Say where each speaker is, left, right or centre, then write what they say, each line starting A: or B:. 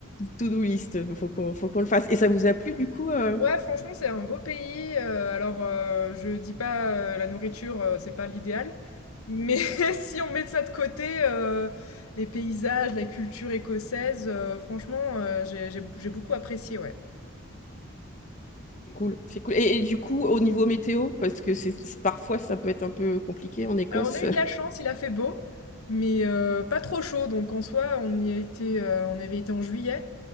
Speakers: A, on the left; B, on the left.
A: to-do list. Il faut qu'on faut qu'on le fasse. Et ça vous a plu, du coup euh,
B: Ouais,
A: <laughs>
B: franchement, c'est un beau pays. euh, alors, euh, je dis pas euh, la nourriture, euh, c'est pas l'idéal, mais <laughs> si on met ça de côté, euh, les paysages, la culture écossaise, euh, franchement, euh, j'ai, j'ai- j'ai beaucoup apprécié, ouais.
A: C'est cool. C'est cool. Et, et du coup, au niveau météo, parce que c'est c'est- parfois, ça peut être un peu compliqué en Écosse.
B: Alors on a eu de la chance, il a fait beau, mais euh, pas trop chaud. Donc en soi, on y a été, euh, on avait été en juillet